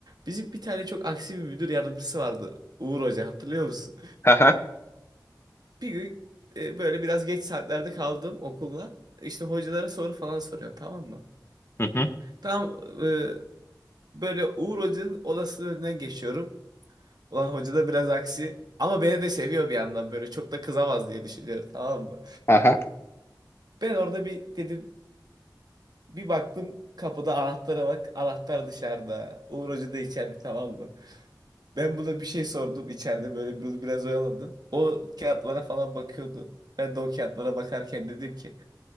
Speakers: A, on the right; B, on the left.
A: Bizim bir tane çok aksi bir müdür yardımcısı vardı Uğur Hoca hatırlıyor musun?
B: Aha.
A: Bir gün e, böyle biraz geç saatlerde kaldım okulda işte hocalara soru falan soruyor tamam mı?
B: Hı hı.
A: Tam e, böyle Uğur Hoca'nın odasının önünden geçiyorum. Ulan hoca da biraz aksi ama beni de seviyor bir yandan böyle çok da kızamaz diye düşünüyorum tamam mı?
B: Aha.
A: Ben orada bir dedim Bir baktım kapıda anahtara bak. Anahtar dışarıda. Uğur Hoca da içeride tamam mı? Ben buna bir şey sordum içeride böyle biraz, biraz oyaladım. O kağıtlara falan bakıyordu. Ben de o kağıtlara bakarken dedim ki